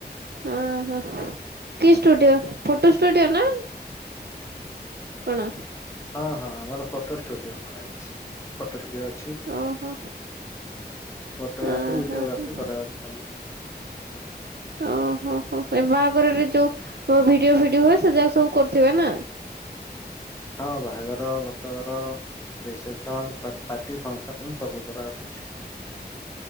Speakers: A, on the right; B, on the left.
A: ଓହଃ କି ଷ୍ଟୁଡିୟ ଫଟୋ ଷ୍ଟୁଡିୟ ନାଁ କଣ?
B: ହଁ ହଁ ଆମର ଫୋଟୋ ଷ୍ଟୁଡିଓ ମାରା ହେଇ। ଫଟୋଡିଓ ଅଛି
A: ଓହୋ।
B: ଫଟୋଗ୍ରାଫି
A: ଓହୋ
B: ଭିଡିଓଗ୍ରାଫି
A: ହୋ।
B: କରାଉଛି ଆମେ
A: ଓହୋ ହୋ ଏ ବାହାଘରରେ ଯୋଉ ଭିଡିଓ ଫିଡି ହୁଏ ସେ ଯା ସବୁ କରୁଥିବେ ନା।
B: ହଁ ବାହାଘର ଭତଘର ରିସେପସନ ପାର୍ଟି ଫଙ୍କସନ ସବୁ କର ଅଛି।